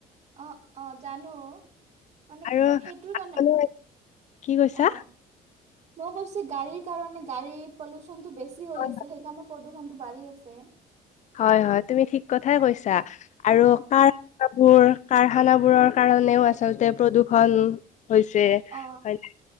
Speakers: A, on the right; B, on the left.
A: অ অ জানো। মানে
B: আৰু
A: সেইটোৰ কাৰণে
B: মানে
A: অ।
B: কি কৈছা
A: মই কৈছো গাড়ীৰ কাৰণে গাড়ী পলুচনতটো বেছি হৈ
B: অ
A: আছে সেইকাৰণে। প্ৰদূষণ টো বাঢ়ি আছে।
B: হয় হয় তুমি ঠিক কথাই কৈছা
A: অ
B: আৰু কাৰ। বোৰ কাৰখানা বোৰৰ কাৰণেও আচলতে প্ৰদূৰ্ষন। হৈছে
A: অ
B: হয় নে